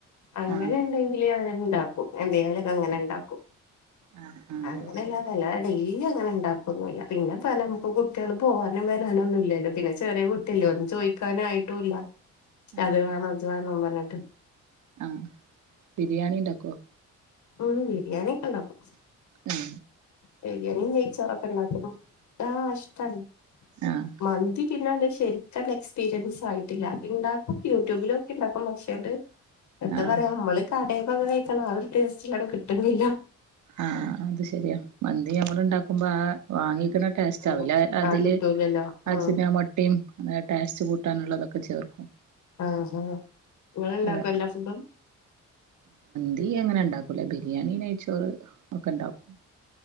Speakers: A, on the left; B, on the right.
A: അങ്ങന്ണ്ടെങ്കില്
B: ആഹ്
A: ണ്ടാക്കും എന്തെങ്കിലെക്കങ്ങന്ണ്ടാക്കും
B: ആഹ് ആഹ്
A: അങ്ങനല്ലാന്നല്ല
B: അത് ശരി
A: ഡെയ്ലി ലി അങ്ങന്ണ്ടാക്കൊന്നുല്ല പിന്നെ പല നമുക്ക് കുട്ടികള് പോകാനും വരാനൊന്നുല്ലല്ലോ പിന്നെ ചെറിയ കുട്ടിയല്ലെ ഓൻ ചോയിക്കാനുആയിട്ടുല്ല അത്
B: ആഹ്
A: വേണം
B: ശരി
A: ഇത് വേണം പറഞ്ഞിട്ട്
B: ആഹ് ബിരിയാണി ഇണ്ടാക്കുവോ
A: ഉം ബിരിയാണിയൊക്ക്ണ്ടാക്കും
B: ഉം
A: ബിരിയാണിയും നെയ്ച്ചോറൊക്ക്ണ്ടാക്കും ആഹ് ഇഷ്ടാണ്
B: ആഹ്
A: മന്തി പിന്നങ്ങ്ണ്ടിഷ് ശെരിക്കണ്ടെക്സ്പീരിയൻസായിട്ടില്ല ഇണ്ടാക്കും യൂട്യൂബിലോക്കിയ്ണ്ടാക്കും പക്ഷേണ്ട് എന്താ
B: ആഹ്
A: പറയാ നമ്മള് കടയിന്നൊക്കെ കഴിക്കണ ആ ഒരു ടേസ്റ്റിലങ്ങ് കിട്ട്ണില്ല
B: ആഹ് അത്ശെരിയാ മന്തി നമ്മള്ണ്ടാക്കുമ്പൊ ആ വാങ്ങി ക്ക്‌ണ ടേസ്റ്റാവില്ല
A: ആഹ്
B: അതില്
A: ആഹ് കിട്ടൂലല്ലോ
B: അജ്നമോട്ടയും
A: ആഹ്
B: അങ്ങനെ ടേസ്റ്റ് കൂട്ടാനുള്ളതൊക്കെ ചേർക്കും
A: ആഹാ ഇങ്ങള്ണ്ടാക്കോ
B: അതെ
A: എല്ലാ ഫുഡും
B: ന്തി അങ്ങന്ണ്ടാക്കൂല ബിരിയാണി നെയ്ച്ചോറ് ഒക്ക്‌ണ്ടാക്കും